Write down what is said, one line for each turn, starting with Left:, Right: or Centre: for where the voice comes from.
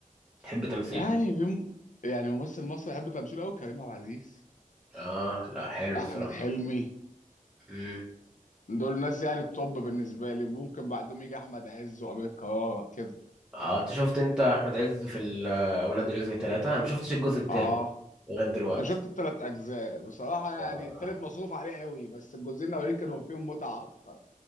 Centre: بتحب تمثيله
Left: يعني بيم... يعني ممثل مصري يحب تمثيله قوي كريم عبد العزيز
Centre: اه لا حلو الصراحة
Left: احمد حلمي
Centre: امم
Left: دول ناس يعني التوب بالنسبة لي ممكن بعدهم يجي احمد عز وامير كرارة كده
Centre: اه انت شفت انت احمد عز في ال- اولاد رزق ثلاثة انا ما شفتش الجزء التالت
Left: اه
Centre: لغاية دلوقتي
Left: انا شفت الثلاث اجزاء بصراحة يعني
Centre: اه
Left: الثالث مصروف عليه قوي بس الجزئين الاولين كانوا فيهم متعة اكتر